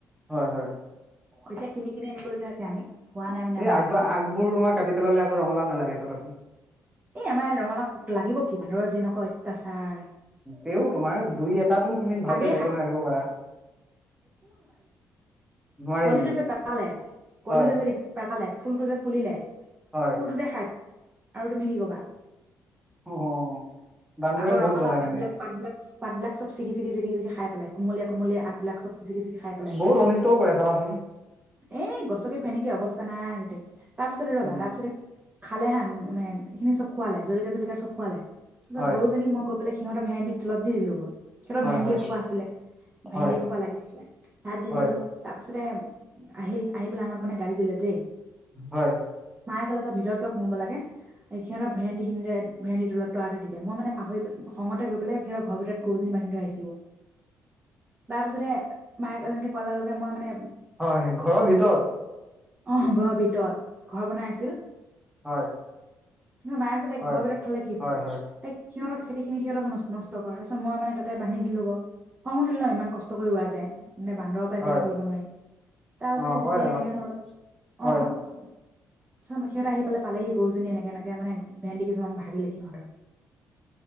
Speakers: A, in the centre; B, on the right.
A: হয়-হয়,
B: এতিয়া কিনি-কিনি আনিব লগগীয়া হৈছে আমি। হোৱা নাই মানে
A: এই
B: আমাৰ
A: আগব
B: এবাৰ
A: আগবোৰ আমাৰ কাটি পেলালে, আকৌ ৰঙালাও নালাগে চাবাচোন।
B: এ আমাৰ ৰঙালও লাগিব কি বান্দৰৰ যেনেকুৱা অত্যাচাৰ।
A: তেও তোমাৰ দুই এটাটোন তুমি ভালকে
B: আগে
A: যতন ৰাখিব পাৰা। নোৱাৰি
B: কোৱলিটো
A: নেকি?
B: যে পেলালে কলিটো
A: হয়
B: যে পেলালে ফুলটো যে, ফুলিলে
A: হয়
B: ফুলটোযে খাই, আৰু তুমি কি কবা?
A: অ' বান্দৰে
B: আকৌ
A: বহুত
B: ৰঙালাও
A: জ্বলাই
B: পাতবিলাক-পাতবিলাক,
A: মানে
B: পাতবিলাক চব ছিঙি-ছিঙি, ছিঙি - ছিঙি খাই পেলায়। কোমলীয়া-কোমলীয়া আগবিলাক চব ছিঙি-ছিঙি খাই পেলাই।
A: বহুত অনিষ্টও কৰে চাবাচোন।
B: এ গছকি ফেনেকি অৱস্থা নাই গোটেই। তাৰপিছত ৰ'বা,
A: উম,
B: তাৰপিছতে খালে হা মানে এইখিনি চব খুৱালে জলকীয়া-জলকীয়া চব খুৱালে। তাৰপিছত
A: হয়
B: গৰুজনীক মই, গ বোলে সিহঁতৰ ভেন্দি তলত দি দিলো গৈ। সিহঁতৰ
A: হয়
B: ভেন্দি
A: হয়
B: এসোপা আছিলে ভেন্দি
A: হয়
B: এসোপা লাগি আছিলে তাত দি
A: হয়
B: দিলোঁ আক তাত। তাৰ পিছতে আহিল আহি, পেলাই আমাক মানে গালী দিলে দেই।
A: হয়
B: মায়ে ক'লে তই ভিতৰত কিয় সোমাব লাগে এ সিহঁতৰ ভেন্দি খিনিতে ভেন্দি ত তলতে দি দে, মই মানে পাহৰি খঙতে গৈ পেলাই সিহঁতৰ ঘৰ ভিতৰত গৰুজনী বান্ধি থৰা আহিছিলো। তাৰ পিছতে মায়ে যেনেকে কোৱাৰ লগে লগে মই মানে,
A: হয়, ঘৰৰ ভিতৰত
B: আহ, ঘৰৰ ভিতৰত ঘৰ বনাই আছিল।
A: হয়,
B: নহয় মায়ে কৈছে তাইক
A: হয়
B: ঘৰ ভিতৰত থলে কি হ'ব,
A: হয় হয়
B: তাইক সিহঁতক খেতিখিনি সিহঁতক নষ্ট কৰ তাৰপিছ মই মানে তাতে বান্ধি দিলো গ খং উঠিলে ন, ইমান কষ্ট কৰি ৰোৱা যায়। মানে বান্দৰৰ পৰা একো
A: হয়
B: এটা কৰিব নোৱাৰি। তাৰ পাছতে
A: অ'
B: যেতিয়াই
A: হয়
B: এনেকে
A: হয়
B: হ'ল,
A: হয়
B: আহ, চা না খেদাই আহি পেলাই পালেহি গৰুজনী এনেকে এনেকে মানে ভেন্দি কিছুমান ভাগিলে সিহঁতৰ